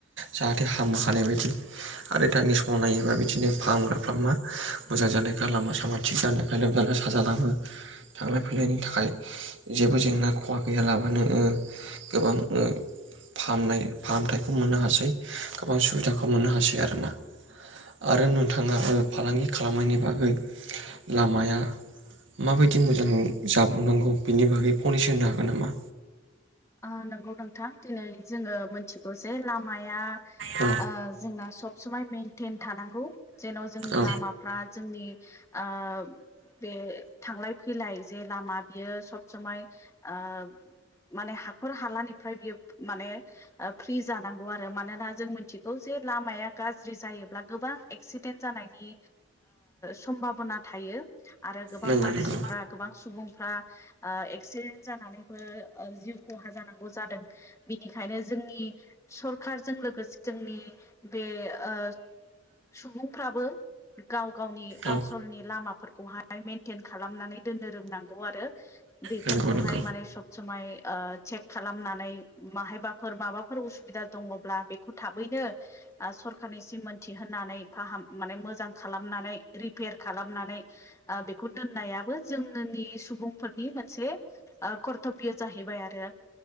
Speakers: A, on the right; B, on the left.
A: जाहाथे हामो हानाय बायदि आरो दानि समाव नायोबा बिदिनो फाहामग्राफ्रा मा मोजां जानायखा लामा सामा थिग जानायखाय लोमजानाय साजालाबो। थांलाय फैलायनि थाखाय जेबो जेंना खहा गैयालाबानो ओ गोबां ओ फाहामनाय फाहामथायखौ मोननो हासै गोबां सुबिदाखौ मोननो हासै आरो ना आरो नोंथाङा ओ फालांगि खालामनायनि बागै लामाया माबायदि मोजां जाबावनांगौ बिनि बागै फनैसो होनो हागोन नामा?
B: ओ नंगौ नोंथां दिनै जोङो मिथिगौ जे लामाया
A: औ
B: ओ जोंना सब समाय मेनटेन थानांगौ। जेन' जोंनि
A: औ
B: लामाफ्रा जोंनि ओ बे थांलाय फैलाय जे लामा बियो सब समाय ओ माने हाखर हालानिफ्राय बियो माने फ्रि जानांगौ आरो मानोना जों मिथिगौ जे लामाया गाज्रि जायोब्ला गोबां एक्सिडेन्ट जानायनि सम्भाबना थायो। आरो गोबां
A: नंगौ
B: मानसिफ्रा
A: नंगौ
B: गोबां सुबुंफ्रा एक्सिडेन्ट जानानैबो जिउ खहा जानांगौ जादों। बिनिखायनो जोंनि सरखारजों लोगोसे जोंनि बे ओ सुबुंफ्राबो गाव गावनि
A: औ
B: ओनसोलनि लामाफोरखौहाय मेनटेन खालामनानै दोननो रोंनांगौ आरो। बेफोरखौहाय
A: नंगौ नंगौ औ नंगौ औ नंगौ औ
B: माने सब समाय चेक खालामनानै माहायबाफोर माबाफोर उसुबिदा दङब्ला बे खौ थाबैनो सरखारनिसिम मोनथिहनानै फाहाम माने मोजां खालामनानै रिपेयार खालामनानै बेखौ दोननायाबो जोंनोनि सुबुंफोरनि मोनसे ओ थ बियो जाहैबाय आरो